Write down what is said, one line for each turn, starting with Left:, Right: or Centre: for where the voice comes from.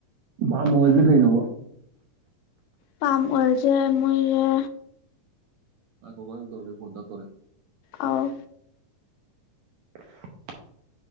Right: ꯃꯥ ꯃꯖ ꯀꯩꯅ
Left: ꯄꯥꯝ ꯑꯣꯏꯔꯁꯦ ꯃꯣꯏꯔꯦ
Right: ꯑ ꯀꯣꯀ ꯇꯧꯔꯒꯦ ꯚꯣꯔꯗ ꯇꯧꯔꯦ
Left: ꯑꯥꯎ
Right: <inaudible>